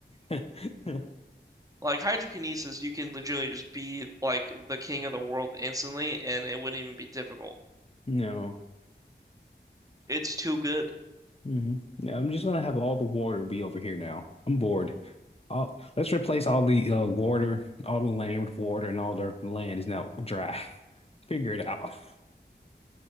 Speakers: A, on the left (about 35°); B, on the right (about 20°).
A: <laughs>
B: Like hydrokinesis, you can legitimately just be like the king of the world instantly, and it wouldn't even be difficult.
A: No.
B: It's too good.
A: hmm Yeah, I'm just gonna have all the water be over here now. I'm bored. All, let's replace all the uh, water, all the land with water, and all the land is now dry. <laughs> Figure it out. <laughs>